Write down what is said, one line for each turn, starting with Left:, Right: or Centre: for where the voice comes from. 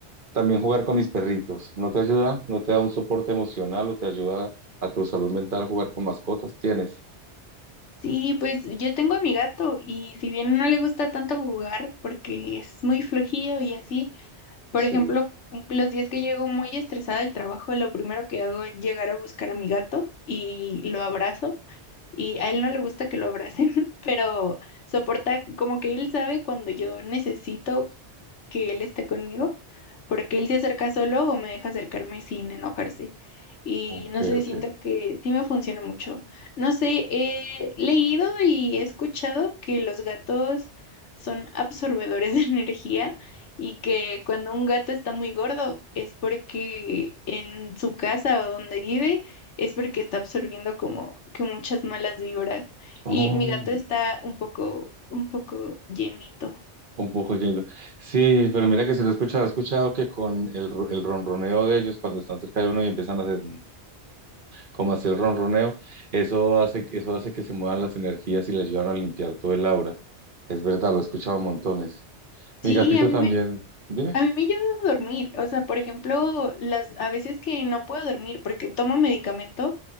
Right: También jugar con mis perritos, ¿no te ayuda? ¿No te da un soporte emocional o te ayuda a tu salud mental jugar con mascotas? ¿Tienes?
Left: Sí, pues yo tengo a mi gato y si bien no le gusta tanto jugar porque es muy flojillo y así, Por
Right: Sí,
Left: ejemplo, los días que llego muy estresada del trabajo, lo primero que hago es llegar a buscar a mi gato y lo abrazo. Y a él no le gusta que lo abracen, <laughs> pero soporta, como que él sabe cuando yo necesito que él esté conmigo, porque él se acerca solo o me deja acercarme sin enojarse. Y
Right: ok,
Left: no sé,
Right: ok.
Left: siento que sí me funciona mucho. No sé, he leído y he escuchado que los gatos son absorbedores de <laughs> energía y que cuando un gato está muy gordo es porque en su casa o donde vive es porque está absorbiendo como que muchas malas vibras.
Right: Oh.
Left: Y mi gato está un poco, un poco llenito.
Right: Un poco yendo. Sí, pero mira que sí lo he escuchado. He escuchado que con el, ro- el ronroneo de ellos, cuando están cerca de uno y empiezan a hacer, como a hacer ronroneo, eso hace, eso hace que se muevan las energías y les ayudan a limpiar todo el aura. Es verdad, lo he escuchado montones.
Left: Sí,
Right: Mi gatito
Left: a mí
Right: también.
Left: me
Right: Dime.
Left: A mí me ayuda a dormir, o sea, por ejemplo, las a veces que no puedo dormir porque tomo medicamento